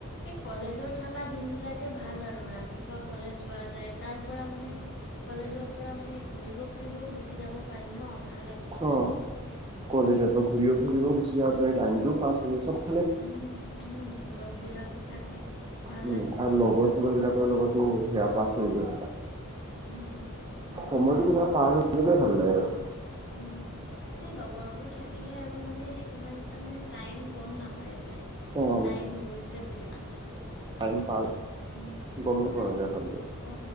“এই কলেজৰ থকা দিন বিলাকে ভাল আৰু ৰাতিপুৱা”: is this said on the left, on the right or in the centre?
Left